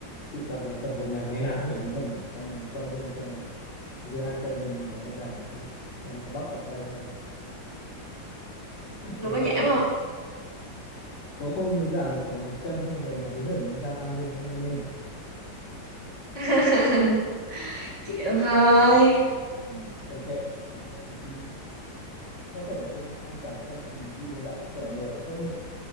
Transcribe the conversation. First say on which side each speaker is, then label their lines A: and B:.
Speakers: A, on the left; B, on the left.
A: tự tập là tập một ngày ngày nào cũng nhảy lên cân rồi. xong rồi soi gương xem là giơ hai tay lên nó có giảm được chưa rồi nó có bắp vào tay không <laughs>
B: Rồi
A: ngày
B: có
A: nào
B: giảm không?
A: có hôm nó giảm được khoảng một cân không về nhà hí hửng hôm sau ăn lên nó lại lên
B: <laughs> Chịu thôi.
A: ừ. Ừ. Thôi kệ cho đến khi có thể là không không giảm cân mình đi đều đặn sức khỏe người tốt hơn